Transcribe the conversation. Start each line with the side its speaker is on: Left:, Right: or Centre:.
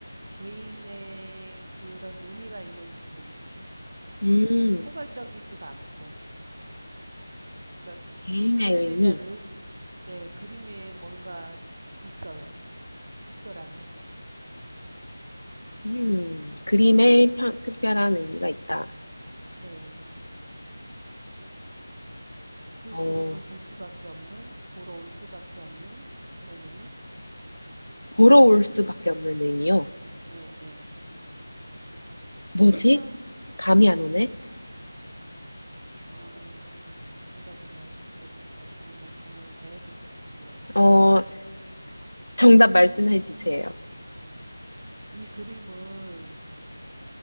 Right: 개인의 그런 의미가 있는 부분이에요.
Left: 음,
Right: 그러니까 포괄적이지가 않고 그러니까
Left: 개인의
Right: 이 그림에
Left: 의미.
Right: 대한 의, 네, 그림 위에 뭔가 있어요. 특별함이.
Left: 음, 그림에 편- 특별한 의미가 있다.
Right: 네. 그
Left: 어,
Right: 그림을 볼 수밖에 없는 보러 올 수밖에 없는 그런 의미?
Left: 보러 올 수밖에 없는 의미요.
Right: 예, 예. 항상
Left: 뭐지? 감이 안 오네?
Right: 어 정답을 말씀해 드릴까요? 아니면 질문을 더 해보실래요?
Left: 어, 정답 말씀해 주세요.
Right: 음. 이 그림은